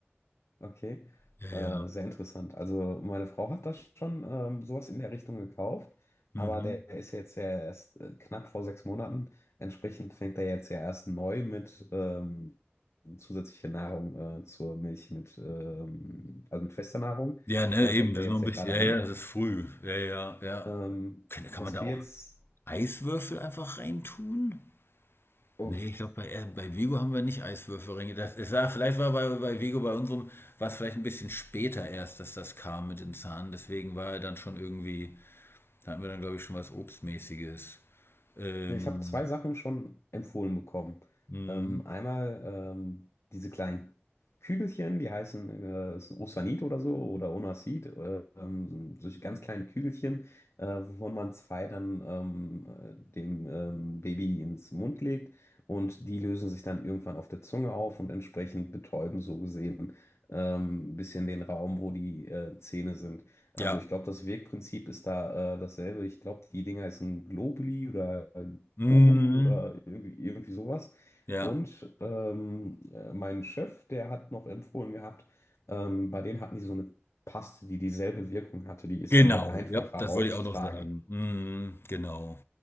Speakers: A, on the left (about 80°); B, on the left (about 60°).
A: Okay,
B: Ja,
A: äh,
B: ja.
A: sehr interessant. Also meine Frau hat das schon ähm, sowas in der Richtung gekauft,
B: Mhm.
A: aber der ist jetzt ja erst äh, knapp vor sechs Monaten. Entsprechend fängt er jetzt ja erst neu mit ähm, zusätzlicher Nahrung äh, zur Milch mit, ähm, also mit fester Nahrung,
B: Ja, ne,
A: äh,
B: eben,
A: fängt
B: das
A: er
B: ist
A: jetzt
B: noch ein
A: ja
B: bisschen,
A: gerade
B: ja,
A: an.
B: ja, das ist früh. Ja, ja, ja.
A: Ähm,
B: Kann, kann
A: was
B: man da
A: wir
B: auch
A: jetzt...
B: Eiswürfel einfach reintun?
A: Uff.
B: Nee, ich glaube, bei, äh, bei Vigo haben wir nicht Eiswürfelringe. Das, es war, vielleicht war bei, bei Vigo, bei unserem, war es vielleicht ein bisschen später erst, dass das kam mit den Zahnen. Deswegen war er dann schon irgendwie Da hatten wir dann, glaube ich, schon was Obstmäßiges. Ähm,
A: Ja, Ich habe zwei Sachen schon empfohlen bekommen.
B: mm,
A: Ähm, einmal ähm, diese kleinen Kügelchen, die heißen äh, ist ein Osanit oder so oder Onasit, äh, ähm, so solche ganz kleinen Kügelchen, äh, wovon man zwei dann ähm, äh, dem ähm, Baby ins Mund legt und die lösen sich dann irgendwann auf der Zunge auf und entsprechend betäuben so gesehen ähm, ein bisschen den Raum, wo die äh, Zähne sind. Also
B: ja.
A: ich glaube, das Wirkprinzip ist da äh, dasselbe. Ich glaube, die Dinger heißen Globuli oder
B: Mm,
A: Gobuli oder irgendwie, irgendwie sowas.
B: ja.
A: Und ähm, äh, mein Chef, der hat noch empfohlen gehabt, ähm, bei denen hatten die so eine Paste, die dieselbe Wirkung hatte. Die ist
B: Genau.
A: dann halt einfacher
B: Ja, das
A: aufzutragen.
B: wollte ich auch noch sagen. Mm, genau.